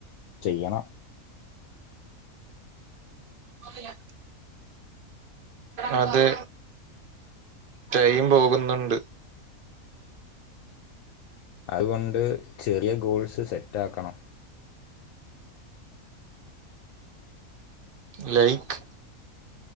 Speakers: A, on the left; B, on the right.
A: ചെയ്യണം
B: ഓഫ്‌ യ്യ അതെ ടൈം പോകുന്നുണ്ട്
A: അതുകൊണ്ട് ചെറിയ ഗോൾസ് സെറ്റ് ആക്കണം
B: like